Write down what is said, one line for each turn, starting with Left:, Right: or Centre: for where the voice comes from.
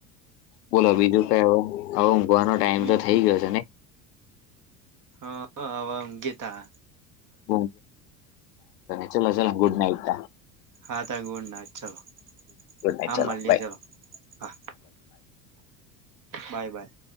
Left: બોલો બીજું કઈ હોય હવે ઊંઘવાનો ટાઈમ
Right: બી
Left: તો થઈ ગયો છે ને
Right: હ હવા ઘેતા
Left: હ ચલો ચલો ગુડ નઈટ
Right: હા ત ગોડ ના ચાલો
Left: ગુડ નાઈટ
Right: હા
Left: ચલો
Right: મળલે
Left: બાય
Right: ચાલો હા બાય બાય